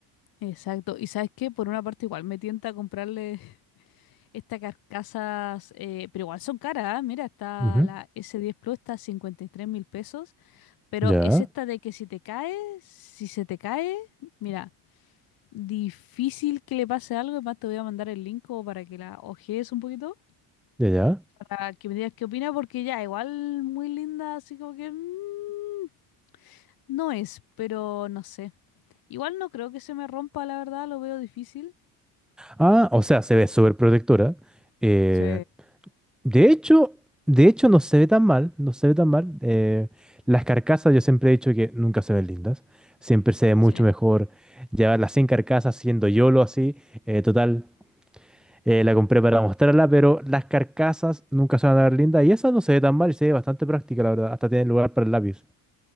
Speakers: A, on the left (about 55°); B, in the centre.
A: exacto. ¿Y sabes qué? Por una parte igual me tienta a comprarle Estas carcasas, eh, pero igual son caras, ¿ah? Mira, está
B: Ujú.
A: la S10 Plus, está a cincuenta y tres mil pesos, pero
B: Ya,
A: es esta de que si te caes, si se te cae, mira, difícil que le pase algo, además te voy a mandar el link como para que la ojees un poquito,
B: ya, ya.
A: para que me digas qué opinas, porque ya, igual muy linda, así como que mm, no es, pero no sé. Igual no creo que se me rompa, la verdad, lo veo difícil.
B: Ah, o sea, se ve súper protectora. eh,
A: Sí,
B: De hecho, de hecho no se ve tan mal, no se ve tan mal. Eh, las carcasas yo siempre he dicho que nunca se ven lindas. Siempre se ve mucho
A: sí.
B: mejor llevarlas sin carcasas, siendo YOLO así. Eh, total, eh, la compré para mostrarla, pero las carcasas nunca se van a ver lindas. Y esa no se ve tan mal y se ve bastante práctica, la verdad. Hasta tiene lugar para el lápiz.